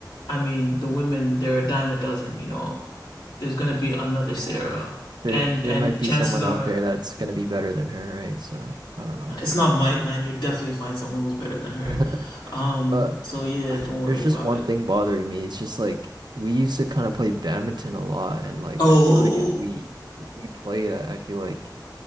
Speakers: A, on the left; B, on the right.
A: I mean, the women, they're a dime a dozen, you know. There's gonna be another
B: Yeah.
A: Sarah.
B: there
A: And
B: there
A: and
B: might be
A: chances
B: someone
A: are
B: out there that's gonna be better than her, right? So I don't know.
A: Nah, It's not might, man. You'll definitely find someone who's better than her.
B: <laughs>
A: Um,
B: But
A: so yeah,
B: ah,
A: don't worry
B: there's
A: about
B: just one
A: it.
B: thing bothering me. It's just like we used to kind of play badminton a lot, and like
A: Oh,
B: I feel like if we if we played, I I feel like